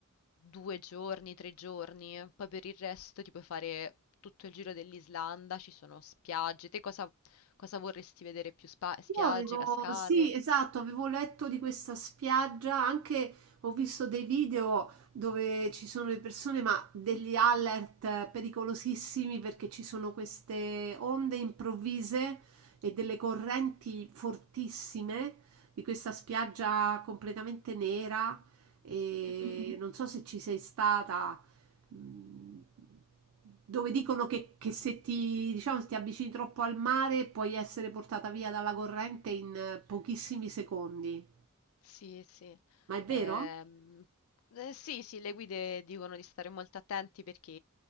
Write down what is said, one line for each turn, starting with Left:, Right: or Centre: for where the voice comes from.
Left: due giorni, tre giorni. Poi per il resto ti puoi fare tutto il giro dell'Islanda, ci sono spiagge. Te cosa, cosa vorresti vedere più? Spa- spiagge,
Right: Io avevo,
Left: cascate?
Right: sì, esatto, avevo letto di questa spiaggia, anche ho visto dei video dove ci sono le persone, ma degli alert pericolosissimi perché ci sono queste onde improvvise e delle correnti fortissime di questa spiaggia completamente nera e
Left: Mhm.
Right: non so se ci sei stata, mh, dove dicono che, che se ti, diciamo, se ti avvicini troppo al mare puoi essere portata via dalla corrente in eh, pochissimi secondi.
Left: Sì, sì.
Right: Ma è vero?
Left: Ehm, eh, sì, sì, le guide dicono di stare molto attenti perché